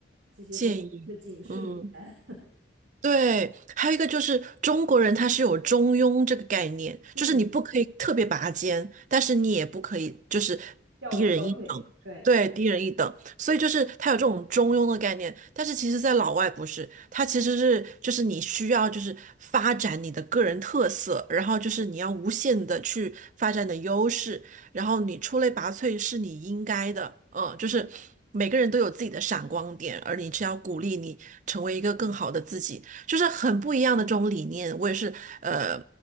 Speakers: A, on the right; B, on the right.
A: 这些真的是警示名言，
B: 建议，嗯。对，还有一个就是中国人他是有中庸这个概念，
A: <laughs> 嗯，
B: 就是你不可以特别拔尖，但是你也不可以就是
A: 掉掉队，
B: 低人一等，
A: 对。
B: 对，低人一等。所以就是他有这种中庸的概念，但是其实在老外不是，他其实是就是你需要就是发展你的个人特色，然后就是你要无限的去发展你的优势，然后你出类拔萃是你应该的，嗯，就是每个人都有自己的闪光点，而你是要鼓励你成为一个更好的自己。就是很不一样的这种理念。我也是，呃，